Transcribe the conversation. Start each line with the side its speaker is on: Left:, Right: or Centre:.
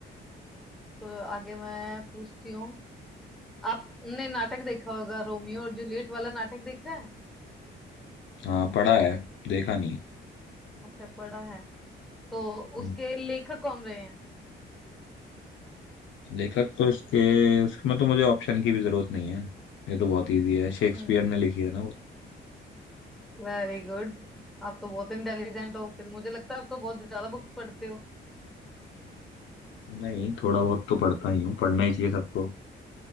Centre: चलो आगे मैं पूछती हूँ आपने नाटक देखा होगा रोमियो और जूलियट वाला नाटक देखा है
Left: हाँ पढ़ा है देखा नहीं है।
Centre: अच्छा पढ़ा है तो
Left: हम्म,
Centre: उसके लेखक कौन रहे हैं
Left: लेखक तो इसके इसमें तो मुझे ऑप्शन की भी जरूरत नहीं है ये तो बहुत इजी है शेक्सपियर
Centre: हम्म
Left: ने लिखी है ना वो
Centre: Very good आप तो बहुत इंटेलिजेंट हो फिर मुझे लगता है आप तो बहुत ज्यादा बुक्स पढ़ते हो
Left: नहीं थोड़ा बहुत तो पढ़ता ही हूँ पढ़ना ही चाहिए सबको